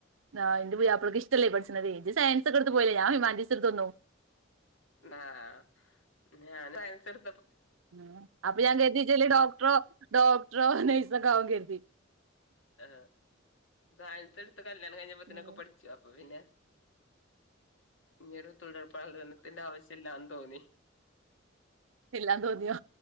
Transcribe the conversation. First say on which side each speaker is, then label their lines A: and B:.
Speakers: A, on the right (about 85°); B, on the left (about 75°).
A: ആഹ് എൻ്റെ പുയ്യാപ്ലക്ക് ഇഷ്ടല്ലേ പഠിച്ചണതേ. ജ്ജ് സയൻസ് ഒക്കെ എടുത്ത് പോയില്ലേ? ഞാൻ ഹ്യൂമാനിറ്റീസ് എടുത്തു വന്നു.
B: ആഹ് ഞാൻ സയൻസെടു
A: <inaudible> അപ്പ ഞാകരുതി ജ്ജ് ഡോക്ടറോ ഡോക്ടറോ നേഴ്സൊക്കെ ആവുമെന്ന് കരുതി.
B: ആ സായനത്തെടുത്ത് കല്യാണം കഴിഞ്ഞപ്പത്തനൊക്കെ
A: ഉം
B: പഠിച്ചു. അപ്പൊ പിന്നെ ഇനിയൊരു തുടർപഠനത്തിൻ്റെ ആവശ്യല്ലാന്ന് തോന്നി.
A: ഇല്ലാന്ന് തോന്നിയോ?